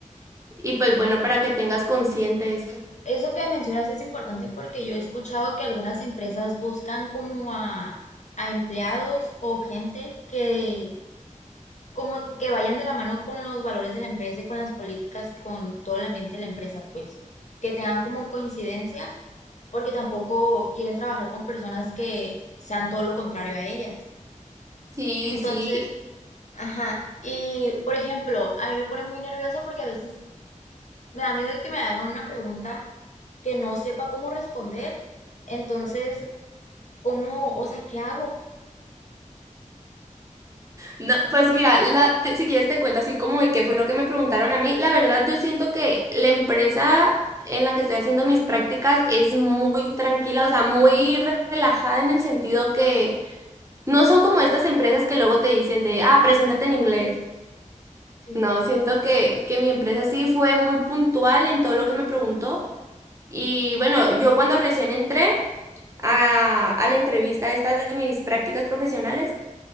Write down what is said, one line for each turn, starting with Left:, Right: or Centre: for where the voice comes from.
Right: Y pues bueno, para que tengas consciente esto.
Left: Eso que mencionas es importante porque yo he escuchado que algunas empresas buscan como a, a empleados o gente que como que vayan de la mano con los valores de la empresa y con las políticas y con todo el ambiente de la empresa, pues, que tengan como coincidencia, porque tampoco quieren trabajar con personas que sean todo lo contrario a ellas.
Right: Sí,
Left: Entonces,
Right: sí.
Left: ajá, y por ejemplo, a mí me pone muy nerviosa porque a veces me da miedo de que me hagan una pregunta que no sepa cómo responder. Entonces, ¿cómo, o sea, qué hago?
Right: No, pues mira, la- te- si quieres te cuento así como de qué fue lo que me preguntaron a mí. La verdad, yo siento que la empresa en la que estoy haciendo mis prácticas es muy tranquila, o sea, muy re- relajada en el sentido que no son como estas empresas que luego te dicen de, ah, preséntate en inglés.
Left: Sí,
Right: No, siento que, que mi empresa sí fue muy puntual en todo lo que me preguntó. Y bueno, yo cuando recién entré a, a la entrevista esta de mis prácticas profesionales,